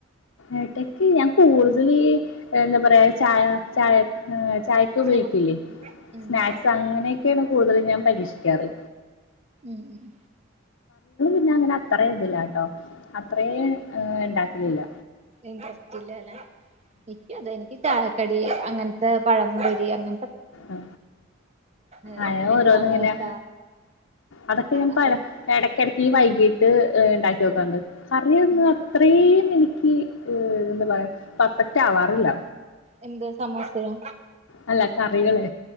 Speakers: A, on the left (about 80°); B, on the right (about 35°).
A: എടക്ക് ഞാൻ കൂടതലി എന്താ പറയാ ചായ ചായ ഏഹ് ചായക്ക് ഉപയോഗിക്കില്ലേ
B: സ്നാക്സ് ഉം ഉം
A: സ്നാക്സ് അങ്ങനെ കേണ് കൂടുതൽ ഞാൻ പരീക്ഷിക്കാറ്
B: ഉം ഉം
A: ഞാൻ അങ്ങനെ അത്ര ഇതില്ലാട്ടോ അത്ര ഇണ്ടാക്കലില്ല
B: <unintelligible> നിക്കയതാ എനിക്ക് ചായക്കടി അങ്ങത്തെ പഴം പൊരി അങ്ങന
A: ആ
B: ഏഹ്
A: ആ
B: പിന്നെ
A: ഓരോന്ന
B: സമൂസ
A: ഇങ്ങനെ അതൊക്കെ ഞാൻ
B: അതൊ
A: പയം ഇടക്കടക്ക് വൈകിട്ട് ഇണ്ടാക്കി നോക്കാറുണ്ട് കറി ഒന്ന്
B: ഉം.
A: അത്ര എനിക്ക് ഏ എന്താ പറയാ പെർഫെക്റ്റ് ആവാറില്ല
B: എന്ത് സമൂസയാ?
A: അല്ല കറികളേ